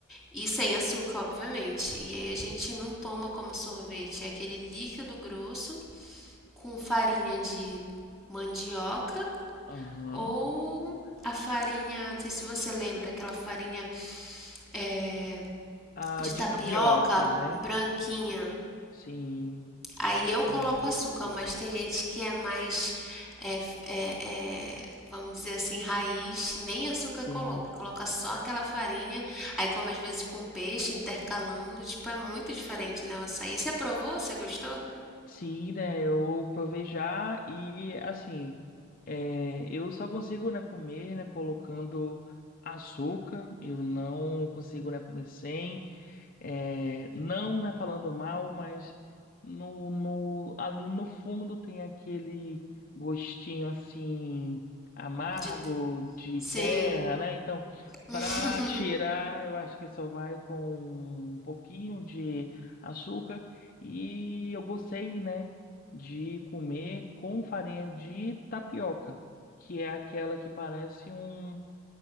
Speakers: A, in the centre; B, on the left.
A: e sem açúcar, obviamente. E aí a gente não toma como sorvete, é aquele líquido grosso com farinha de mandioca
B: Aham.
A: ou a farinha, não sei se você lembra, aquela farinha eh,
B: Ah,
A: de
B: de
A: tapioca
B: tapioca, né?
A: branquinha.
B: Sim,
A: Aí eu coloco
B: lembro.
A: açúcar, mas tem gente que é mais, é, f- é, é, vamos dizer assim, raiz, nem açúcar
B: Sim.
A: coloca, coloca só aquela farinha, aí come às vezes com peixe, intercalando, tipo, é muito diferente, né, o açaí. Você provou? Você gostou?
B: Sim, né? Eu provei já e assim, é, eu só consigo, né, comer, né, colocando açúcar. Eu não consigo, né, comer sem. É, não, né, falando mal, mas no, no, ali no fundo tem aquele gostinho assim amargo
A: De-
B: de
A: Sim.
B: terra, né? Então,
A: <laughs>
B: para tirar, eu acho que só vai com um pouquinho de açúcar e eu gostei, né, de comer com farinha de tapioca, que é aquela que parece um